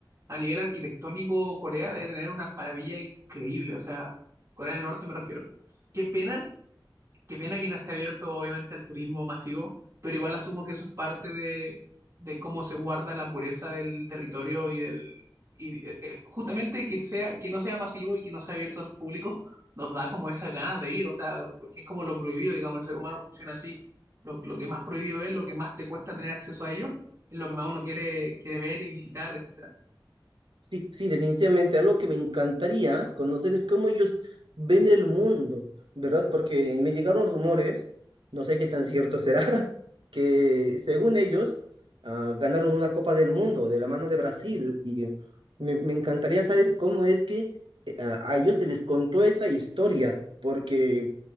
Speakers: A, on the right; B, on the right.
A: a nivel arquitectónico, Corea debe tener una maravilla increíble, o sea, Corea del Norte me refiero. Qué pena Qué pena que no esté abierto, obviamente, al turismo masivo, pero igual asumo que eso es parte de, de cómo se guarda la pureza del territorio y del. Y, eh, eh, justamente que sea, que no sea masivo y que no sea abierto al público, nos da como esas ganas de ir, o sea, porque es como lo prohibido, digamos, el ser humano funciona así. Lo, lo que más prohibido es, lo que más te cuesta tener acceso a ello, es lo que más uno quiere, quiere ver y visitar, etc.
B: Sí, sí, definitivamente. Algo que me encantaría conocer es cómo ellos ven el mundo, ¿verdad? Porque me llegaron rumores, no sé qué tan cierto será, <laughs> que según ellos ah, ganaron una Copa del Mundo de la mano de Brasil. Y me, me encantaría saber cómo es que eh, a, a ellos se les contó esa historia, porque